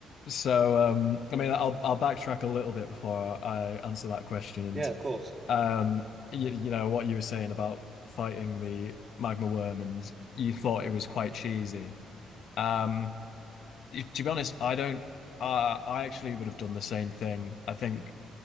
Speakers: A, on the left; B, on the right.
A: So, um, I mean, I'll I'll backtrack a little bit before I answer that question. And
B: Yeah, of course.
A: um, you, you know what you were saying about fighting the magma worm, and you thought it was quite cheesy. Um, y- to be honest, I don't. Uh, I actually would have done the same thing. I think